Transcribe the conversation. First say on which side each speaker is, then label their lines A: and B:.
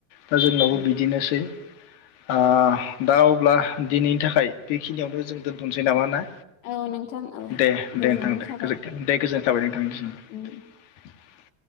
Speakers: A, on the left; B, on the left.
A: दा जोंनावबो
B: औ
A: बिदिनोसै। ओ दा अब्ला दिनैनि थाखाय बेखिनियावनो जों दोनथ'सै नामा ना।
B: औ नोंथां औ।
A: दे
B: गोजोननाय
A: दे नोंथां दे
B: थाबाय
A: गोजोन्थों दे। गोजोन्नाय थाबाय नों थांनिसिमबो।
B: उम